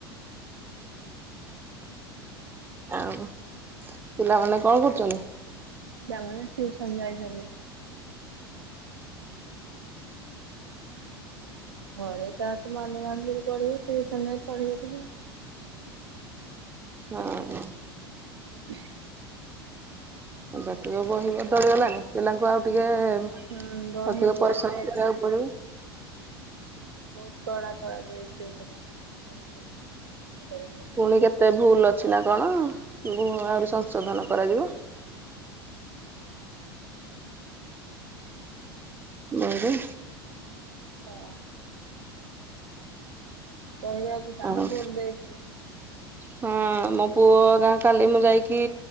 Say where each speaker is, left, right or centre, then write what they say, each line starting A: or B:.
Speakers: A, on the right; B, on the right.
A: ଆଉ ପିଲାମାନେ କଁ କରୁଛନ୍ତି?
B: ପିଲାମାନେ ଟ୍ୟୁସନ୍ ଯାଇଛନ୍ତି। ଘରେ କାହାକୁ ମାନୁ ନାହାନ୍ତି ଯେ ପଢିବେ ଟିଉସନରେ ପଢିବ ଟିକେ।
A: ହଁ।
B: ହ
A: ଏବେ ତ ଯୋଉ ବହି ବଦଳି ଗଲାଣି ପିଲାଙ୍କୁ ଆଉ ଟିକେ। ଅଧିକ
B: ହୁଁ ବହି ପୁରା
A: ପରିଶ୍ରମ
B: ଚେଞ୍ଜ
A: କରିବାକୁ
B: ହେଇଯାଇଛି।
A: ପଡିବ।
B: ବହୁତ କଡା ଖରା ଦେଇଛି ଏ ଥର ବା। <unintelligible>
A: ପୁଣି କେତେ ଭୁଲ ଅଛି ନା କଣ ବ ଆହୁରି ସଂଶୋଧନ କରାଯିବ। ବହି ରେ।
B: ହଁ। କହିବାକୁ ତାଙ୍କୁ
A: ଆଉ
B: ଭୁଲ ଦେଇଛି।
A: ହଁ ମୋ ପୁଅ ଅକା କାଲି ମୁଁ ଯାଇକି